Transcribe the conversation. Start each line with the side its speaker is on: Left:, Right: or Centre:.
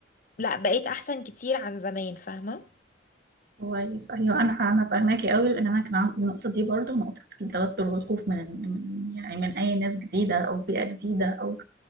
Left: لا بقيت احسن كتير عن زمان فاهمه
Right: كويس ايوه انا انا فاهماكي قوي لان انا كان عندي النقطه دي برضو نقطه التوتر والخوف من من يعني من اي ناس جديده او بيئه جديده او